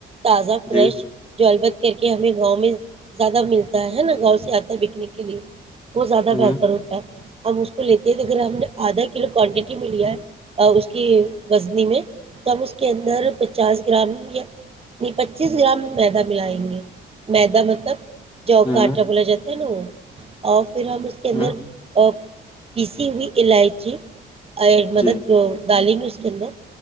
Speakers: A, on the right; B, on the left.
A: تازہ فریش
B: جی
A: جلبت کر کے ہمیں گاؤں میں زیادہ ملتا ہے نا گاؤں سے آتا ہے بکنے کے لیے وہ زیادہ
B: ہ
A: بہتر ہوتا ہے ہمب اس کو لیتے ہیں ا ہم نے آدھا کلو کوانٹٹی میں لیا ہے اس کی وزنی میں تو ہم اس کے اندر پچاس گرام یا پچیس گرام میدا ملائیں گے میدا مطلب جاؤ
B: ہ
A: کاٹا بولا جاتا ہیلو اور پھر ہم اس کے اندر
B: ہ
A: <unintelligible> ہوئی الائچی اور مدد
B: جی
A: کر دالی میں اس کے اندر